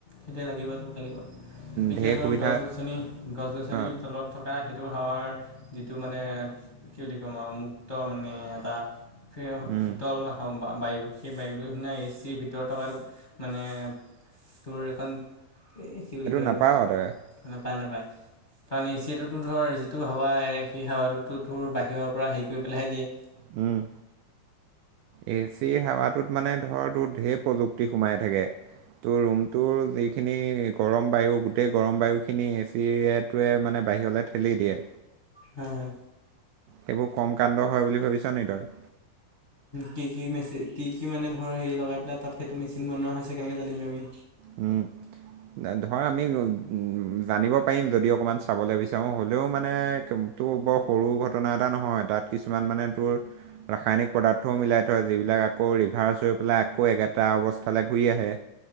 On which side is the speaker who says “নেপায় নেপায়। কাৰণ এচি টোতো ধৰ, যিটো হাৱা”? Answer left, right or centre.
Left